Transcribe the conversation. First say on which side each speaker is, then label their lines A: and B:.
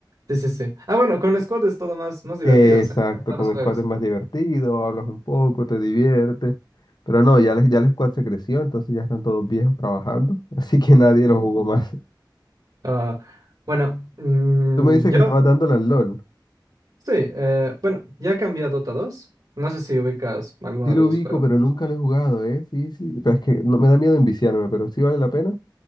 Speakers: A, on the right; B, on the left.
A: Sí, sí, sí. Ah, bueno, con Squad es todo más, más divertido,
B: Exacto,
A: se notan todos
B: con
A: los juegos.
B: squad es más divertido, hablas un poco, te diviertes. Pero no, ya, les, ya el squad se creció, entonces ya están todos viejos trabajando, <laughs> así que nadie lo jugó más.
A: Ah, bueno, mm,
B: Tú me dices
A: yo
B: que estabas dándole al LOL.
A: sí, eh, bueno, ya cambié a Dota dos. No sé si ubicas alguno
B: Sí
A: de
B: lo
A: los dos
B: ubico,
A: juegos.
B: pero nunca lo he jugado, ¿eh? Sí, sí. Pero es que no me da miedo enviciarme, pero sí vale la pena.